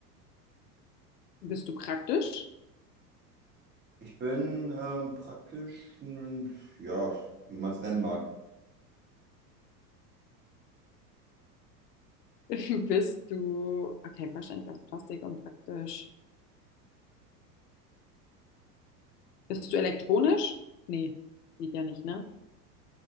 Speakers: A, on the left (about 70°); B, on the right (about 20°).
A: Bist du praktisch?
B: Ich bin ähm, praktisch, n- ja, wie man es nennen mag.
A: <laughs> Bist du, okay, wahrscheinlich aus Plastik und praktisch. Bist du elektronisch? Nee, geht ja nicht, ne?